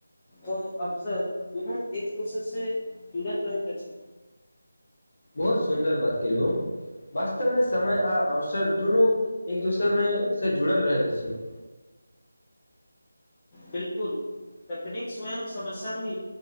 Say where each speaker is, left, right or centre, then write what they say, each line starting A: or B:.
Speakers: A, on the left; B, on the left.
A: ओ अफसर दुन्नो एक दोसर से जुड़ल रहैत अछि
B: बहुत सुन्दर बात केलु ह वास्तवमे समय आ अवसर दुनू एक दोसरमे से जुड़ल रहैत अछि <inaudible>
A: बिलकुल तकनीक स्वयं समस्या नहि